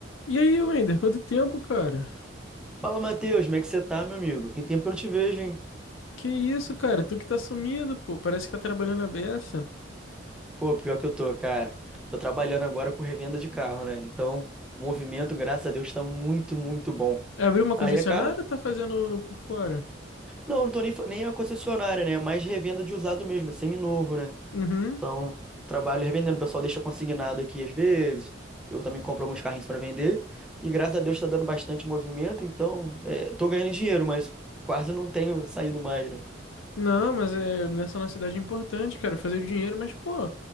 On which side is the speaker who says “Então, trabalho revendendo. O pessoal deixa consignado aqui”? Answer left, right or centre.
Centre